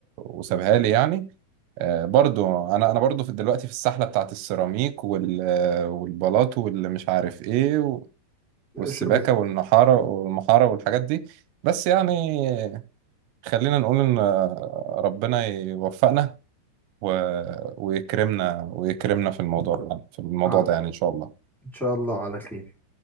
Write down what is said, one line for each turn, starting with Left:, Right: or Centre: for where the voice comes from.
Right: وسابها لي يعني آه برضو انا انا برضو في دلوقتي في السحلة بتاعت السيراميك وال... آه، والبلاط واللي مش عارف ايه و... والسباكة
Centre: شغل بس
Right: والنحارة والمحارة والحاجات دي بس يعني خلينا نقول ان آه، ربنا يوفقنا و... ويكرمنا ويكرمنا في الموضوع في الموضوع
Centre: ع- الموضوع
Right: ده يعني ان شاء الله
Centre: إن شاء الله على خير